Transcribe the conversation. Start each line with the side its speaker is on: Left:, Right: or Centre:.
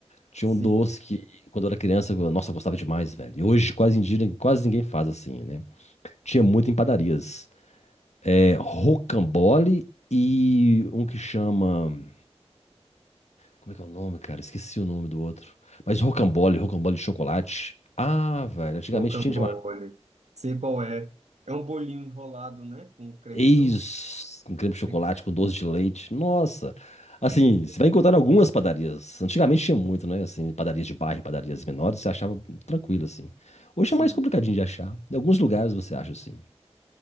Left: Tinha
Right: Sim.
Left: um doce que, quando eu era criança, eu- nossa, eu gostava demais, velho. E hoje quase, em dia, quase ninguém faz assim, né? Tinha muito em padarias. É, rocambole e um que chama. Como é que é o nome, cara? Esqueci o nome do outro. Mas rocambole, rocambole de chocolate. Ah, velho, antigamente
Right: Rocambole.
Left: tinha demais.
Right: Sei qual é. É um bolinho enrolado, né? Com creme
Left: Eis,
Right: de chocolate.
Left: com creme
Right: Sei-
Left: de chocolate, com doce de leite. Nossa.
Right: Eita.
Left: Assim, você vai encontrar em algumas padarias. Antigamente tinha muito, né? Assim, padarias de bairro, padarias menores, você achava tranquilo, assim. Hoje
Right: Sim,
Left: é mais complicadinho de achar. Em alguns lugares você acha, assim.